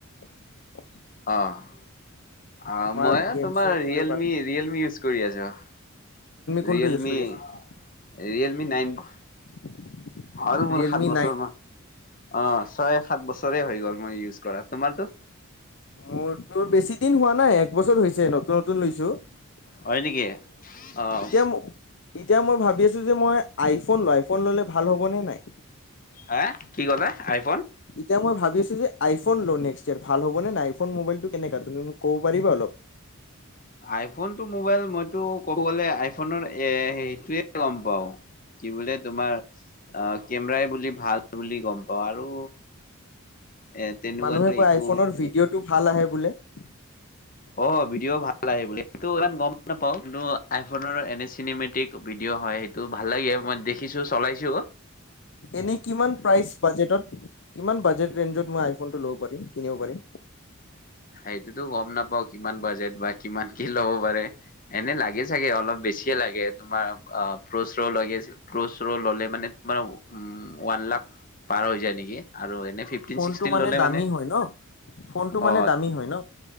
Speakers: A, on the left; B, on the left.
A: <unintelligible>
B: অহ। অ
A: তোমাৰ
B: মইয়ো
A: গেম
B: তোমাৰ
A: চেম খেলিব
B: ৰিয়েলমি
A: পাৰা
B: ৰিয়েলমি ইউজ কৰি আছো ।
A: কোনটো
B: ৰিয়েলমি
A: ইউজ কৰি আছা
B: ৰিয়েলমি
A: তুমি
B: নাইন ।
A: <unintelligible> <inaudible>
B: আৰু মোৰ
A: ৰিয়েলমি
B: সাত বছৰ
A: নাইন
B: মা, অ ছয়, সাত বছৰে হৈ গ'ল মই ইউজ কৰা । তোমাৰতো?
A: মোৰতো বেছি দিন হোৱা নাই, এক বছৰ হৈছে নতুন নতুন লৈছো ।
B: হয় নেকি? অ',
A: এতিয়া এতিয়া মই ভাবি আছো যে মই আইফোন ল আই, ফন ললে ভাল হব নে নাই?
B: হা কি কলা আইফোন?
A: এতিয়া মই ভাবিছো আইফোন লও নেক্স, ভাল হ'ব নে নাই? আইফোন মোবাইলটো কেনেকা তুমি মোক ক'ব পাৰিবা অলপ?
B: আইফোন টো মোবাইল মইতো ক'ব গলে আইফনৰ এ সেইটোয়ে গম পাও, কি বোলে তোমাৰ <unintelligible> অ কেমেৰাই বুলি ভাল । বুলি গম পাওঁ । আৰু এ তেনেকুৱাতো
A: মানুহে কয়
B: একো
A: আইফোনৰ ভিডিঅ'টো, ভাল আহে বোলে ।
B: অ ভিডিঅ' ভাল আহে বুলে, সেইটো গম নাপাও কিন্তু আইফোনৰ এনে চিনেমেটিক ভিডিঅ' হয় । সেইটো ভাল লাগে মই দেখিছো চলাইছো ।
A: এনে কিমান প্ৰাইচ বাজেটত, কিমান বাজেট ৰেনজত মই আইফন ফোনটো ল'ব পাৰিম, কিনিব পাৰিম?
B: সেইটো তো গম নাপাওঁ। কিমান বাজেট বা কিমান, কি ল'ব পাৰে। এনে লাগে চাগে অলপ বেছিয়ে লাগে তোমাৰ প্ৰ চ ৰ লাগে, প্ৰচ ৰ ললে মানে তোমাৰ ওৱান লাখ <unintelligible> পাৰ হৈ যায় নেকি । আৰু এনে ফিফটিন
A: ফোনটো
B: চিক্সটিন ললে
A: দামী
B: মানে
A: হয় ন ফোনটো মানে
B: অ ।
A: দামী হয় ন